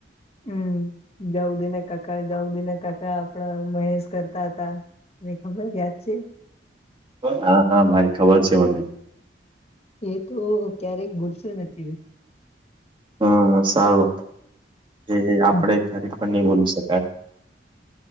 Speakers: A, on the left; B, on the right.
A: હમ જાવ દિને કાકા જાવ દિને કાકા આપણે મહેશ કરતા તાય તને ખબર યાદ છે.
B: હા હા ભાઈ ખબર છે મને.
A: એ તો ક્યારેક ભૂલશે નથી
B: હમ સારું એ આપડે
A: હમ
B: ખ પણ નહી બોલી શકાય.